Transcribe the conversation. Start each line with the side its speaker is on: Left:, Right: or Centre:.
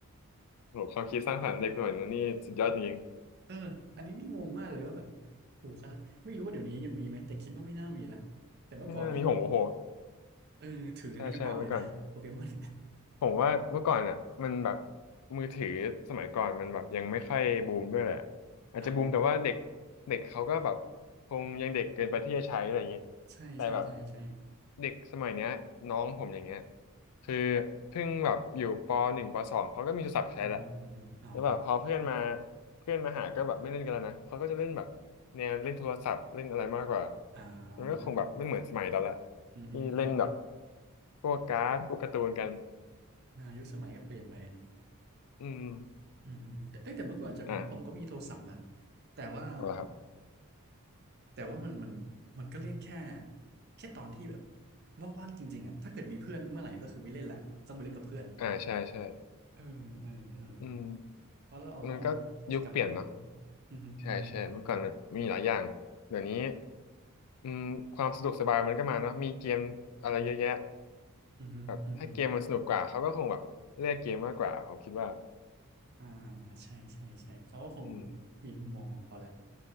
Left: โหความคิดสร้างสรรค์เด็กสมัยนี้นี่สุดยอดจริง
Right: เอออันนี้นี่งงมากเลยว่าแบบโอ้โหคาราไม่รู้ว่าเดี๋ยวนี้ยังมีไหมแต่คิดว่าไม่น่ามีละแต่เมื่อก่อนนี่
Left: ๆไม่น่ามีหงโอ้โห
Right: เออถือกันเป็นกระเป๋าเลยนะโปเกมอน
Left: ใช่ใช่เมื่อก่อน ผมว่าเมื่อก่อนอ่ะมันแบบมือถือสมัยก่อนมันแบบยังไม่ค่อยบูมด้วยแหละ
Right: <laughs>
Left: อาจจะบูมแต่ว่าเด็ก
Right: อ่าฮะ
Left: เด็กเขาก็แบบคงยังเด็กเกินไปที่จะใช้อะไรอย่างงี้
Right: ใช่ใช่ใช่ใช่
Left: แต่แบบเด็กสมัยเนี้ยน้องผมอย่างเงี้ย คือเพิ่งแบบอยู่ปหนึ่งปสองเขาก็มีโทรศัพท์ใช้แหละ
Right: อืมอืมอ๋อ
Left: แล้วแบบพอเพื่อนมาเพื่อนมาหาก็แบบไม่เล่นกันแล้วนะเขาก็จะเล่นแบบแนวเล่นโทรศัพท์เล่นอะไรมากกว่า
Right: อ่า
Left: มันก็คงแบบไม่เหมือนสมัยเราละ
Right: อืมอืมอืม
Left: ที่เล่นแบบพวกการ์ดพวกการ์ตูนกัน
Right: นายุคสมัยก็เปลี่ยนไปเนอะ
Left: อืม
Right: อืมอืมแต่เอ้ยแต่เมื่อก่อนจำได้ว่าผมก็มีโทรศัพท์นะ
Left: อ่า
Right: แต่ว่า
Left: เอาละครับ
Right: แต่ว่ามันมันมันก็เล่นแค่แค่ตอนที่แบบว่างๆจริงๆอ่ะถ้าเกิดมีเพื่อนเมื่อไหร่ก็คือไม่เล่นละ ต้องไปเล่นกับเพื่อน
Left: อ่าใช่ใช่
Right: เออเออเออ
Left: อืม
Right: เพราะเราก็
Left: มันก็ยุคเปลี่ยนเนาะ
Right: กิจกรรมมันเยอะอือฮึอือฮึอือฮึ
Left: ใช่ใช่เมื่อก่อนมันมีหลายอย่างเดี๋ยวนี้อืมความสะดวกสบายมันก็มาเนาะมีเกมอะไรเยอะแยะ
Right: อือฮึอือฮึ
Left: แบบถ้าเกมมันสนุกกว่าเขาก็คงแบบเลือกเกมมากกว่าผมคิดว่า
Right: อ่าใช่ใช่ใช่เขาก็คง
Left: อืม
Right: มีมุมมองของเขาแหละ